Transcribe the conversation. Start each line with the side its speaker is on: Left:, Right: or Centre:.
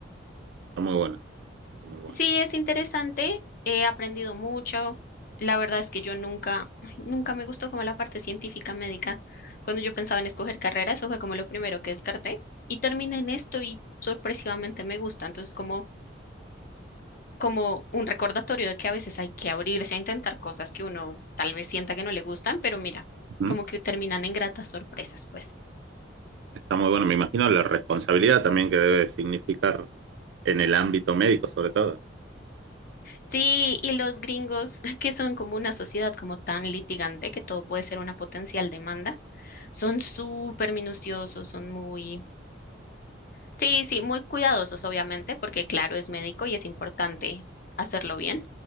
Right: está muy bueno, está muy bueno.
Left: Sí, es interesante, he aprendido mucho. La verdad es que yo nunca, ay, nunca me gustó como la parte científica médica. Cuando yo pensaba en escoger carrera, eso fue como lo primero que descarté. Y terminé en esto y sorpresivamente me gusta. Entonces, como, como un recordatorio de que a veces hay que abrirse a intentar cosas que uno tal vez sienta que no le gustan, pero mira,
Right: Ujú,
Left: como que terminan en gratas sorpresas, pues.
Right: Está muy bueno, me imagino la responsabilidad también que debe significar en el ámbito médico sobre todo.
Left: Sí, y los gringos, <laughs> que son como una sociedad como tan litigante que todo puede ser una potencial demanda. Son súper minuciosos, son muy, sí, sí, muy cuidadosos, obviamente, porque claro, es médico y es importante hacerlo bien,